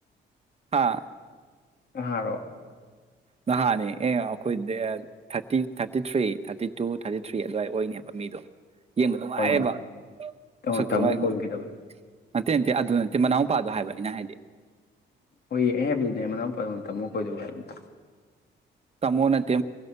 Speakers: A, on the right; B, on the left.
A: ꯍꯥꯥ
B: ꯑꯍꯔꯣ
A: ꯅꯍꯥꯅꯦ ꯑꯦ ꯑꯩꯈꯣꯏꯗ thirty thirty three thirty two thirty three ꯑꯗꯨꯋꯥꯏ ꯑꯣꯏꯅꯦꯕ ꯃꯤꯗꯣ ꯌꯦꯡꯕ ꯅꯨꯡꯉꯥꯏꯔꯦꯕ
B: ꯀꯩꯅꯣ ꯀꯩꯅꯣ
A: ꯃꯁꯛꯇꯤ
B: ꯇꯥꯃꯣ
A: ꯋꯥꯔꯤꯅꯤ
B: ꯀꯣꯏꯅ ꯀꯩꯗꯧꯋꯤ
A: ꯅꯠꯇꯦ ꯅꯠꯇꯦ ꯑꯗꯨ ꯅꯠꯇꯦ ꯃꯅꯥꯎꯨꯄꯥꯗꯣ ꯍꯥꯏꯕ ꯑꯩꯅ ꯍꯥꯏꯗꯤ
B: ꯍꯣꯏ ꯑꯩ ꯍꯥꯏꯕꯗꯤꯅꯦ ꯃꯅꯥꯎꯄꯥ ꯇꯝꯃꯨ ꯀꯣꯏꯗꯧꯕ ꯍꯥꯏꯕꯅꯤ
A: ꯇꯥꯃꯣ ꯅꯠꯇꯦ